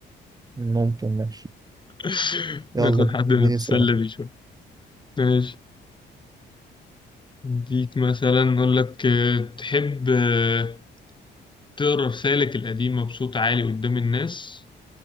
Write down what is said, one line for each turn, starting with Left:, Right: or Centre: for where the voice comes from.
Right: ممكن ماشي
Left: <laughs>
Right: يلا
Left: ناخد حد
Right: اديني
Left: نتسلى
Right: سؤال
Left: بيه شوية ماشي اديك مثلا نقول لك آه، تحب آه، تقرا رسالك القديمة بصوت عالي قدام الناس